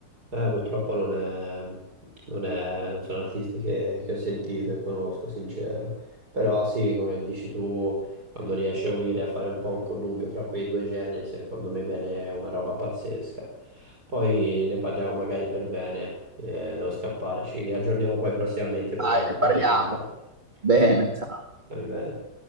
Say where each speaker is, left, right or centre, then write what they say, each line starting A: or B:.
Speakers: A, on the right (about 60°); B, on the right (about 25°).
A: Eh, purtroppo non è, non è- non sono artisti che, che ho sentito e conosco, sincero. Però sì, come dici tu, quando riesci a unire, a fare un po' un connubio tra quei due generi, secondo me viene una roba pazzesca. Poi ne parliamo magari per bene, eh, devo scappare, ci aggiorniamo poi prossimamente magari
B: Dai,
A: anche
B: ne parliamo.
A: per i concerti.
B: Bene,
A: Cioè,
B: ciao.
A: stiamo bene.